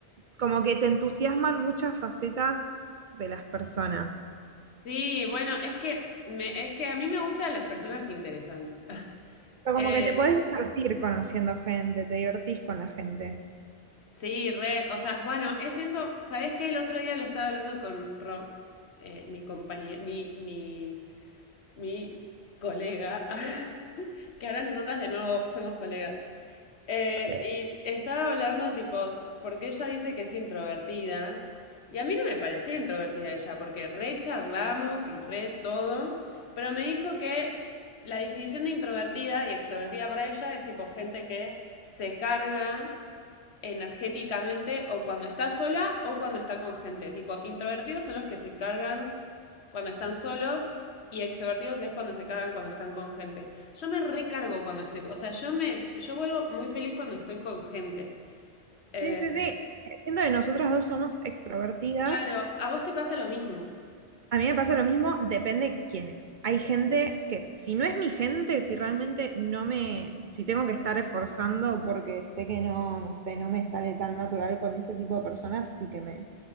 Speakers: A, on the right; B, on the left.
A: como que te entusiasman muchas facetas de las personas.
B: Sí, bueno, es que me, es que a mí me gustan las personas interesantes. <laughs>
A: Pero como
B: Eh,
A: que te podés divertir conociendo gente, te divertís con la gente.
B: sí, re, o sea, bueno, es eso. ¿Sabés qué? El otro día lo estaba hablando con Ro, eh, mi compañía, mi, mi, mi colega, <laughs> que ahora nosotras de nuevo somos colegas. Eh,
A: Le-
B: y estaba hablando, tipo, porque ella dice que es introvertida. Y a mí no me parecía introvertida ella, porque re charlamos y re todo. Pero me dijo que la definición de introvertida y extrovertida para ella es tipo gente que se carga energéticamente o cuando está sola o cuando está con gente. Tipo, introvertidos son los que se cargan cuando están solos y extrovertidos es cuando se cargan cuando están con gente. Yo me recargo cuando estoy, o sea, yo me, yo vuelvo muy feliz cuando estoy con gente. Eh,
A: Sí, sí, sí. Eh, Siento que nosotras dos somos extrovertidas.
B: claro, a vos te pasa lo mismo.
A: A mí me pasa lo mismo, depende quién es. Hay gente que, si no es mi gente, si realmente no me, si tengo que estar esforzando porque sé que no, no sé, no me sale tan natural con ese tipo de personas, sí que me...